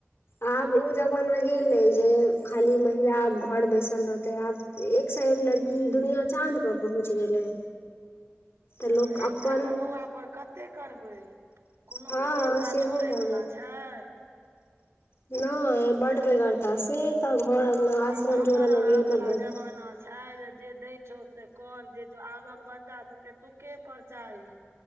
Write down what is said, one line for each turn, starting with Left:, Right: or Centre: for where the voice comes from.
Left: आब ओ जमाना गेलै जे खाली महिला आब घर बैसल रहते आब एकसा एक लड़की दुनिया चाँद पर पहुँच गेलै। तऽ
Right: हँ
Left: लोक
Right: एकटा
Left: अपन
Right: कमौआ पर कतेक करबै कुनो
Left: हँ
Right: बेगरता
Left: सेहो
Right: छोड़य
Left: भऽ
Right: बला छैय
Left: नय बड़ बेगरता, से तऽ घर अंगना -आश्रम
Right: आब हमर
Left: जोड़ा
Right: अहाँ
Left: लगीयौ
Right: वाला
Left: तऽ बड।
Right: जमाना छै जे दै छौ से कर, जे छौ आबक बच्चा सबके तुके पर चाही